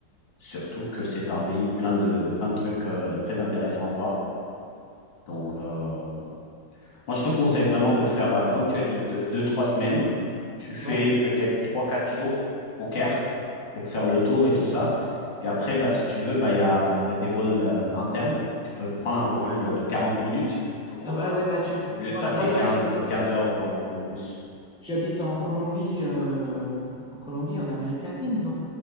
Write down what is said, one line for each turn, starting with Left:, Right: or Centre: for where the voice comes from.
Left: surtout que c'est un pays plein de, plein de trucs, euh, très intéressants à voir. Donc, euh, Moi, je te conseille vraiment de faire, euh, comme tu as dit, deux, deux, trois semaines. Tu fais
Centre: Ouais.
Left: peut-être trois, quatre jours au Caire pour faire le tour et tout ça. Puis après, bah, si tu veux, bah, il y a, il y a des vols euh, internes. Tu peux prendre un vol euh, de 40 minutes tout court
Centre: Ah bah ouais, bah tiens,
Left: au lieu
Centre: moi,
Left: de passer
Centre: moi j'habite
Left: quinze quinze heures dans le, dans le bus.
Centre: j'habite en Colombie, euh, en Colombie, en Amérique latine, donc